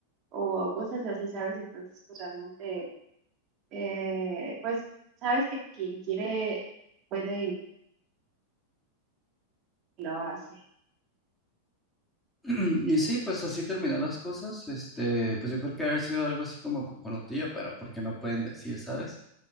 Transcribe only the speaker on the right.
o cosas así, ¿sabes? Entonces, pues realmente, eh, pues, sabes que quien quiere puede y lo hace.